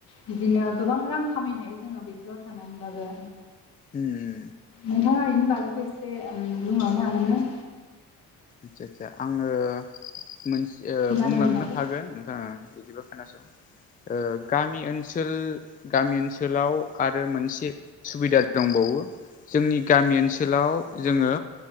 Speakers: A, on the left; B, on the left.
A: बिदिनो गोबां रां खामायनो हायो जोङो बेफोराव थांनानैबाबो।
B: उम।
A: नोंथाङा बेनि बागैबो एसें बुंहरनो हागोनना?
B: आदसा आदसा आङो मोनसे
A: गामिनि
B: बुंलांनो
A: बागै
B: हागोन। नोंथाङा बिदिबा खोनासं। गामि ओनसोल गामि ओनसोलाव आरो मोनसे सुबिदा दंबावो। जोंनि गामि ओनसोलाव जोङो